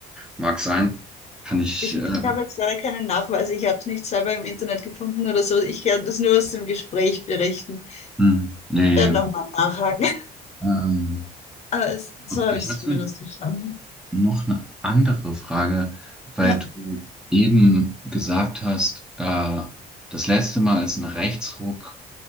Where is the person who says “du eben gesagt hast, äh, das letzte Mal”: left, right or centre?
Centre